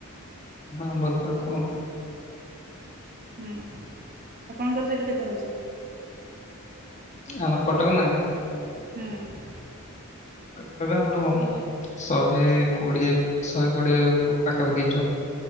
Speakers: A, on the left; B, on the right.
A: ହଁ ଆମର ପୁରା କମ୍।
B: ହୁଁ ଆପଣଙ୍କର ସେଇଠୁ କେତେ ହେଉଛି କି?
A: ଆମର କଟକ ନା।
B: ହୁଁ।
A: କଟକ ଆମର ମ ଶହେ କୋଡିଏ ଶହେ କୋଡିଏ ପାଖାପାଖି ହେଇଯିବ।